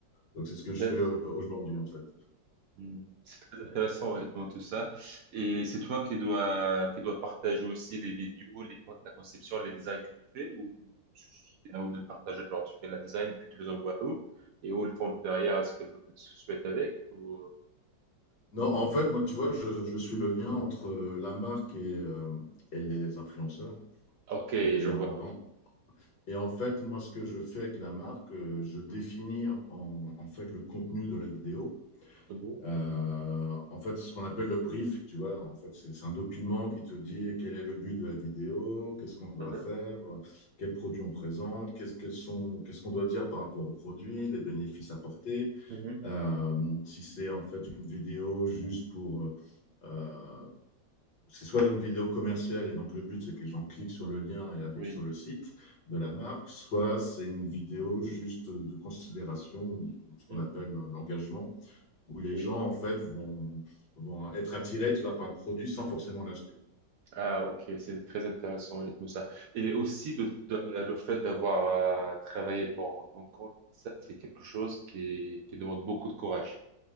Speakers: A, on the left; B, on the right.
A: Donc, c'est ce que je
B: Très-
A: fais euh, aujourd'hui, en fait.
B: mhm. C'est très intéressant, honnêtement, tout ça. Et c'est toi qui dois, qui dois partager aussi les vidéos, les, la conception, les designs que tu fais, ou c'est à eux de le partager, genre tu fais la design et puis tu les envoies à eux, et eux, ils font derrière ce qu'ils souhaitent avec, ou... euh,
A: Non, en fait, moi, tu vois, je, je suis le lien entre euh, la marque et, euh, et les influenceurs.
B: Ok,
A: Et
B: je vois,
A: en, en-
B: oui.
A: et en fait, moi, ce que je fais avec la marque, euh, je définis en en fait le contenu de la vidéo.
B: Mhm,
A: Euh, en fait, ce qu'on appelle le brief, tu vois, en fait, c'est c'est un document qui te dit quel est le but de la vidéo, qu'est-ce qu'on doit
B: mhm,
A: faire, euh, quels produits on présente, qu'est-ce qu'elles sont, qu'est-ce qu'on doit dire par rapport aux produits, les bénéfices apportés.
B: mhm,
A: Euh, si c'est en fait une vidéo juste pour, euh, euh, c'est soit une vidéo commerciale et donc le but c'est que les gens cliquent sur le lien et arrivent
B: Oui.
A: sur le site de la marque, soit
B: mhm,
A: c'est une vidéo juste de considération, ou ce qu'on
B: mhm,
A: appelle l'engagement où les
B: Oui.
A: gens, en fait, vont, vont être attirés, tu vas par le produit sans forcément l'acheter.
B: Ah, ok, c'est très intéressant, honnêtement, ça. Et aussi, de, de- le fait d'avoir euh, travaillé pour ton compte, ça, c'est quelque chose qui, qui demande beaucoup de courage.